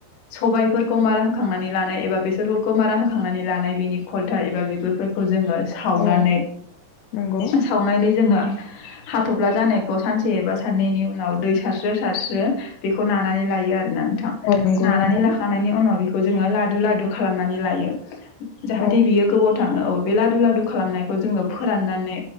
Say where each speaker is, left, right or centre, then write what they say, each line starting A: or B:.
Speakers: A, on the left; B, on the left.
A: सबायाइफोरखौ मारा होखांनानै लानाय एबा बेसोर मारा हो थांनानै लानाय बिनि खलथाल एबा बिगुरफोरखौ जोङो। सावनानै
B: औ नंगौ
A: सावनानै जोङो। हाथब्ला जानायखौ सानसे एबा साननैनि उनाव दै सारस्रो सारस्रो। बेखौ नानानै लायो आरोना नोंथां
B: औ नंगौ
A: नानानै
B: नोंथां
A: लाखांनायनि उनाव बे खौ जोङो लादु लादु खालामनानै लायो। जाहाथे
B: औ
A: बियो गोबाव थाङो औ बे लादु लादु खालामनायखौ जोङो फोराननानै